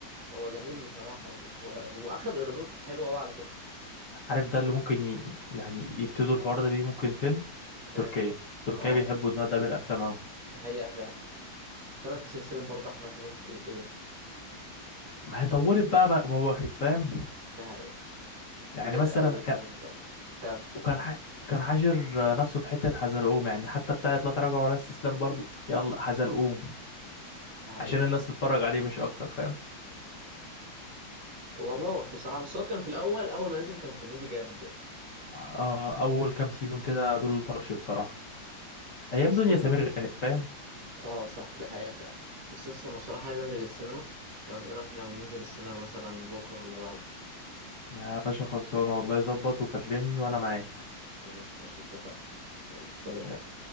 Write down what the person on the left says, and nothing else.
عارف ده اللي ممكن ي... يعني يبتدوا الحوار ده بيه ممكن فين في تركيا
تركيا
بيحبوا النوع ده من الافلام قوي
ما هي طولت بقى بقى وهو واخد فاهم
يعني
مثلا
كان
وكان ح... كان حاشر نفسه في حتة حزلقوم يعني حتى بتاعت لا تراجع ولا استسلام برضو يلا حزلقوم
عشان الناس تتفرج عليه مش اكتر فاهم
آه، اول كام سيزون كده دول طرش بصراحة
ايام
دنيا سمير غانم فاهم
يا باشا خلصانة والله ظبط وكلمني وانا معاك
يا